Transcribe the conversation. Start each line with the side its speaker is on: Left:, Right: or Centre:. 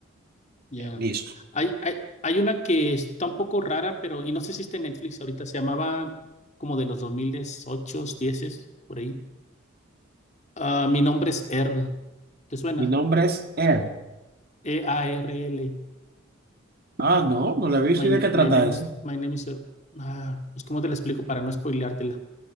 Left: Ya.
Right: Listo.
Left: Hay, hay, hay una que está un poco rara, pero, y no sé si está en Netflix ahorita, se llamaba como de los 2008, 10, por ahí. Ah, mi nombre es Earl. ¿Te suena?
Right: Mi nombre es Er.
Left: E-A-R-L.
Right: Ah, no, no la he visto.
Left: My,
Right: ¿Y de qué trata
Left: my name's,
Right: ese?
Left: my name is Earl. Ah, pues, ¿cómo te la explico para no spoileártela?